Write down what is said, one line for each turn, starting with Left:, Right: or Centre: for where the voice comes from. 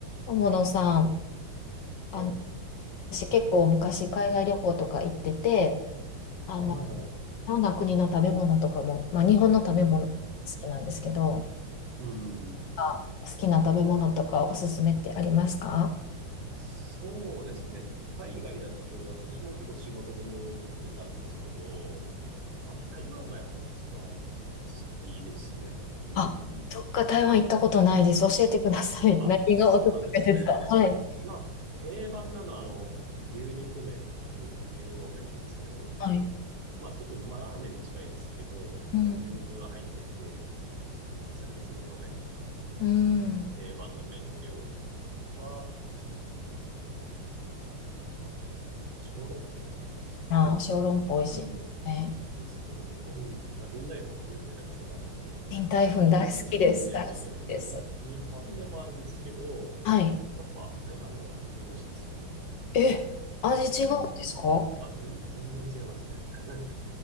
Left: 友野さん、あの、
Right: はい。
Left: 私結構昔海外旅行とか行ってて、あの、
Right: あ、はいはい
Left: いろんな国の食べ物とかも、まあ日本の食べ物好きなんですけど、
Right: うんうんうん。うん
Left: あ、好きな食べ物とかおすすめってありますか
Right: そうですね。海外だと、私も結構仕事でいろいろ行ってたんですけど、まあ台湾がやっぱり一番好きですね。うん。
Left: あ、どっか台湾行ったことないです。教えてください。
Right: あ、
Left: <laughs> 何がおすすめですかはい。
Right: そうなんですね。まあ、定番なのは、あの、牛肉麺と書く、乳老麺って言うんですけど、
Left: はい。
Right: まあちょっと、まあラーメンに近いですけど、
Left: うん。
Right: まあ牛肉が入ってて、結構ツルツルの麺の、
Left: うん。
Right: まあ、定番の麺料理とか、あとはなん、まあ、あと小籠包とかですかね。
Left: あ、小籠包美味しいですね。
Right: うん。ですね。日本、まあ、現代本で有名な店があって、
Left: 林台粉大好きです。
Right: 日本ね、
Left: 大好きです。
Right: でね、に、日本でもあるんですけど、
Left: はい。
Right: やっぱ台湾の方が全然美味しいんですよね。
Left: え、味違うんですか
Right: うん。あ、ぜん、全然違いますね。<laughs>